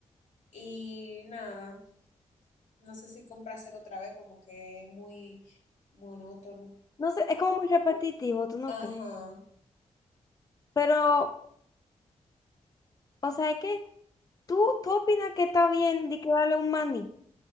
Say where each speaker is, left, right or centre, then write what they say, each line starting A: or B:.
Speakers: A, on the left (about 80°); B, on the left (about 30°).
A: Y nada, no sé si comprárselo otra vez, como que es muy monótono.
B: No sé, es como muy repetitivo, ¿tú no
A: Ajá.
B: crees? Pero, o sea, es que tú, tú opinas que está bien de que darle un maní.